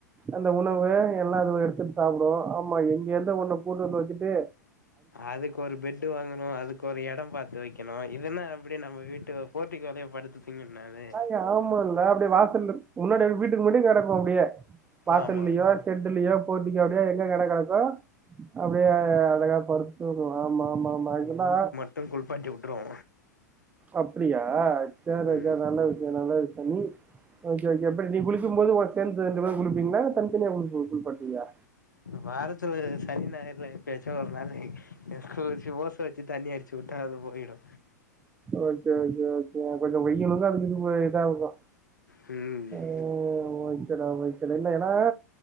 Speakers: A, on the right; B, on the left.
A: அந்த உணவு எல்லா அதுவே எடுத்துட் சாப்டு, ஆமா எங்கியேந்து ஒன்ன கூட்டுவந்து வெச்சுட்டு
B: அதுக்கு ஒரு பெட்டு வாங்குணு அதுக்கு ஒரு எடம் பாத் து வெக்கணு இதுன்னா அப்டியே நம்ம வீட்டு போர்ட்டிக்கோலயே படுத்து தூங்கிண்ணா அது.
A: நாய் ஆமால்ல அப்டே வாசல்ல முன்னாடி அப்டி வீட்டுக்கு முன்னாடியே கெடக்கு அப்டியே வாசல்லியோ
B: ஆமா
A: செட்டுலியோ போர்டிக்கோவுலியோ எங்க எடோ கெடக்கோ அப்டியே அழகா படு தூங்கு ஆமா ஆமா ஆமா அதுகெல்லா
B: ட்டு குள்ப்பாட்டி உட்றுவோ.
A: அப்டியா சேர்ரா
B: ம்
A: சேர்ரா நல்ல விஷ்யோ நல்ல விஷ்யோ நீ ஓகே ஓகே எப்டி நீ குளிக்கும் போது ஒ சேந்து ரெண்டு பேரு குளிப்பீங்களா இல்ல தன்தனியா குளிப்பு குளிப்பாட்டுவியா?
B: வாரத்துல சனி ஞாயர்ல எப்பயாச்சு ஒரு நாளு <unintelligible> ஓஸ்ஸ வெச்சு தண்ணி அடி ச்சுட்டா அது போயிடு.
A: ஓகே ஓகே ஓகே கொஞ்சோ வெய்யிலுக்கு அதுக்கு இதுவு இதாருக்கு.
B: ம்.
A: ம் ஓகேடா ஓகேடா இல்ல ஏனா